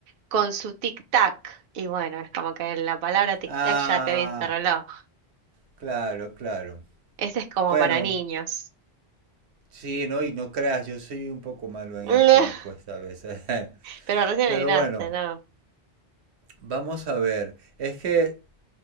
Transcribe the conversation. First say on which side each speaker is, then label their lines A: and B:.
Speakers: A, on the right; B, on the right.
A: con su tic-tac. Y bueno, es como que en la palabra tic-tac
B: Ah,
A: ya te dice reloj.
B: claro, claro.
A: Ese es como
B: Bueno,
A: para niños.
B: sí, no, y no creas, yo soy un poco malo
A: <laughs>
B: en esto, me cuesta a veces. <laughs>
A: Pero recién
B: Pero
A: adivinaste,
B: bueno,
A: ¿no?
B: vamos a ver. Es que